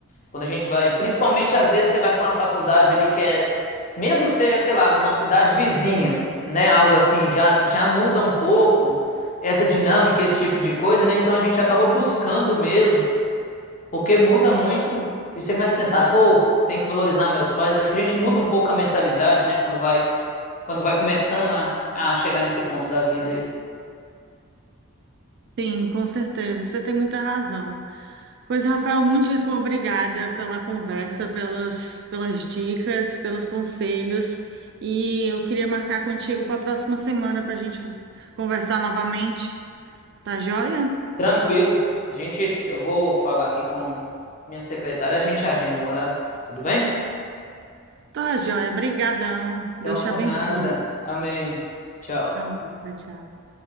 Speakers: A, on the left; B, on the right.
A: Quando a gente vai, principalmente às vezes você vai para uma faculdade ali que é, mesmo que seja, sei lá, numa cidade vizinha, né, algo assim, já já muda um pouco essa dinâmica, esse tipo de coisa, né? Então a gente acaba buscando mesmo, porque muda muito. E você começa a pensar, pô, tem que valorizar meus pais. Acho que a gente muda um pouco a mentalidade, né, quando vai quando vai começando a, a chegar nesse ponto da vida aí.
B: Sim, com certeza. Você tem muita razão. Pois, Rafael, muitíssimo obrigada pela conversa, pelas, pelas dicas, pelos conselhos. E eu queria marcar contigo para a próxima semana para a gente conversar novamente. Tá joia?
A: Tranquilo. A gente, eu vou falar aqui com minha secretária, a gente agenda um horário. Tudo bem?
B: Tá joia. Obrigadão.
A: Então,
B: Deus
A: por
B: te abençoe.
A: nada. Amém. Tchau.
B: Amém. Tchau, tchau.